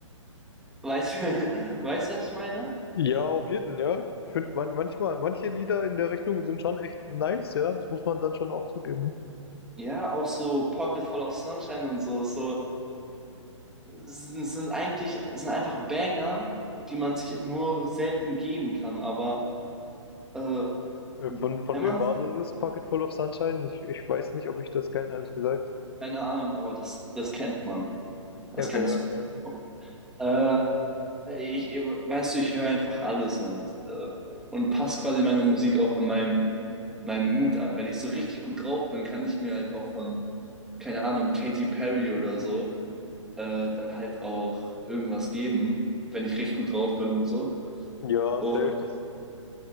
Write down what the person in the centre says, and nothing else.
Weißt du, <laughs> weißt du, was ich meine?
Ja, auch so Pocket Full of Sunshine und so, so sind, sind eigentlich, sind einfach Banger, die man sich nur selten geben kann, aber äh,
wenn man,
keine Ahnung, aber das, das kennt man. Das
kennst
du. Äh, ich, ich- weißt du, ich höre einfach alles und, äh, und passe quasi meine Musik auch an meinem, meinem Mut an. Wenn ich so richtig gut drauf bin, kann ich mir halt auch von, keine Ahnung, Katy Perry oder so, äh, dann halt auch irgendwas geben, wenn ich richtig gut drauf bin und so.
Und